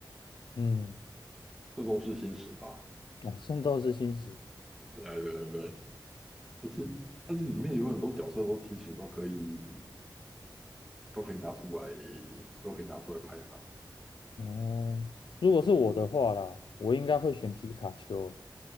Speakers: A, on the left; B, in the centre.
A: 嗯，
B: 这都是心史吧。
A: 哦，《圣斗士星矢》
B: 对啊对对，对其实但是里面有很多角色都其实都可以，都可以拿出来，都可以拿出来排行。
A: 哦，如果是我的话啦，
B: 嗯
A: 我应该会选皮卡丘啊。